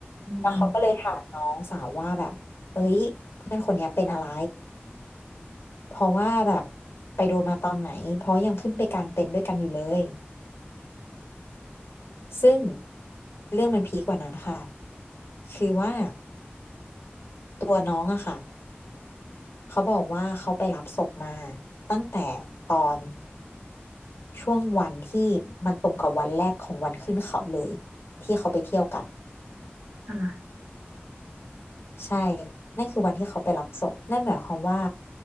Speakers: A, on the left (about 80°); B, on the right (about 70°).
A: แล้วเขาก็เลยถามน้องสาวว่าแบบเอ้ยเพื่อนคนเนี้ยเป็นอะไร
B: ม
A: เพราะว่าแบบไปโดนมาตอนไหนเพราะยังขึ้นไปกลางเต็นท์ด้วยกันอยู่เลยซึ่งเรื่องมันพีคกว่านั้นค่ะคือว่าตัวน้องอะค่ะ เขาบอกว่าเขาไปรับศพมาตั้งแต่ตอนช่วงวันที่มันตรงกับวันแรกของวันขึ้นเขาเลยที่เขาไปเที่ยวกัน
B: ค่ะ
A: ใช่ นั่นคือวันที่เขาไปรับศพนั่นหมายความว่า